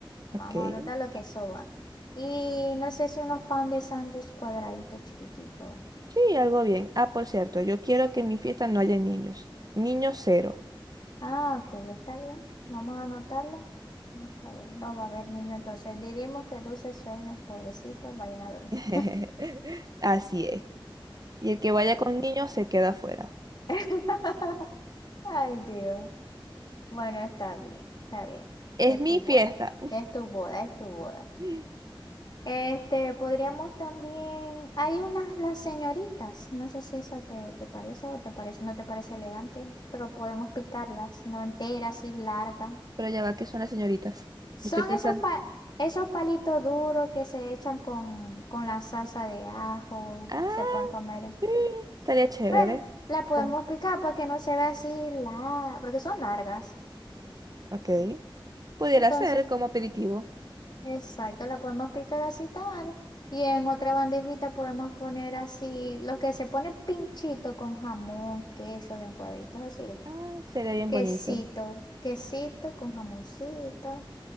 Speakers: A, on the left; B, on the right.
A: Vamos
B: Ok.
A: a anotar lo que eso va. Y no sé si unos pan de sándwich cuadraditos chiquiticos.
B: Sí, algo bien. Ah, por cierto, yo quiero que en mi fiesta no haya niños. Niños cero.
A: Ah, ok, está bien. Vamos a anotarlo. Está bien. No va a haber niño, entonces diremos que dulces sueños, pobrecitos, vayan a dormir.
B: <laughs> Así es. Y el que vaya con niños se queda afuera.
A: <laughs> Ay, Dios. Bueno, está bien, está bien.
B: Es
A: Es
B: mi
A: tu boda.
B: fiesta.
A: Es tu boda, es tu boda.
B: <laughs>
A: Este, podríamos también, hay unas las señoritas, no sé si eso te, te parece o te parece, no te parece elegante, pero podemos picarlas, no enteras, sí largas.
B: Pero ya va, que son las señoritas?
A: Son
B: Yo estoy pensando.
A: esos pa- esos palitos duros que se echan con, con la salsa de ajo,
B: Ah.
A: se pueden comer,
B: Sí, estaría chévere.
A: pero la podemos
B: Como-
A: picar para que no se vea así larga, porque son largas.
B: Ok. Pudiera
A: Entonces,
B: ser como aperitivo.
A: Exacto, la podemos picar así tal y en otra bandejita podemos poner así, los que se pone pinchito con jamón, queso, de en cuadritos así,
B: Ah, sería bien
A: quesito,
B: bonito.
A: quesito con jamoncito,